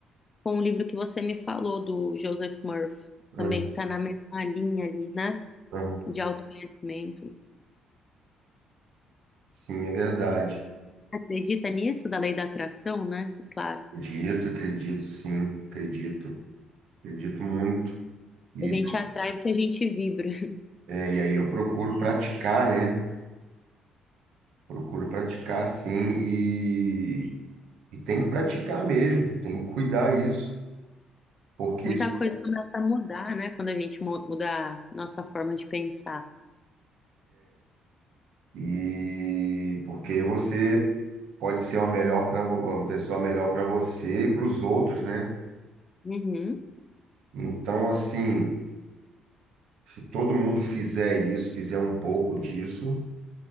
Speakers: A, on the left; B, on the right.
A: com o livro que você me falou, do Joseph Murphy.
B: Uhum.
A: Também está na mesma linha ali, né?
B: Uhum.
A: De autoconhecimento.
B: Sim, é verdade.
A: Acredita nisso, da lei da atração, né? Claro.
B: Acredito, acredito, sim, acredito. Acredito muito. E,
A: A gente atrai o que a gente vibra. <laughs>
B: é, e aí eu procuro praticar, né? Procuro praticar sim e, e tem que praticar mesmo, tem que cuidar isso, porque
A: Muita
B: isso-
A: coisa começa a mudar, né? Quando a gente mu- muda a nossa forma de pensar.
B: e porque você pode ser uma melhor para uma pessoa melhor para você e para os outros, né?
A: Uhum.
B: Então, assim, se todo mundo fizer isso, fizer um pouco disso,